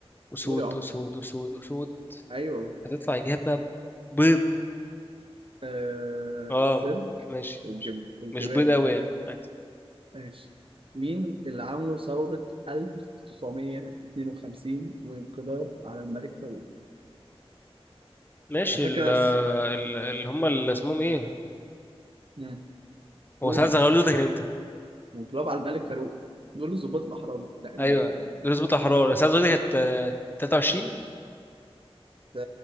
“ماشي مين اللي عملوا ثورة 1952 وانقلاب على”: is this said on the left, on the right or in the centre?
Right